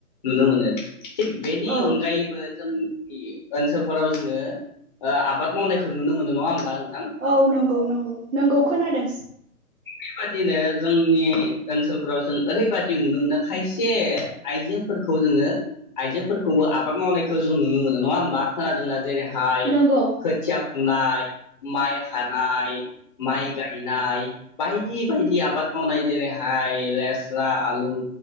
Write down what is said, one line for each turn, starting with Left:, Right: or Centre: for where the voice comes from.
Left: नुनो मोनो। थिग बेनि
Right: औ
Left: अनगायैबो जोंनि ओनसोलफोराव जोङो ओ आबाद मावनायखौ नुनो मोनो नङा होमबा नों
Right: औ नंगौ नंगौ नंगौ खोनादों।
Left: बेबादिनो जोंनि ओन्सोलफोराव जों ओरैबदि नुनो मोनो खायसे आइजोफोरखौ जोङो आइजोफोरखौबो आबाद मावनाय खौ जों नुनो मोनो नङा होमबा खोनादोंना? जेरै हाय
Right: नंगौ
Left: खोथिया फुनाय, माइ हानाय माइ गायनाय बायदि बायदि आबाद मावनाय जेरैहाय लेस्रा, आलु,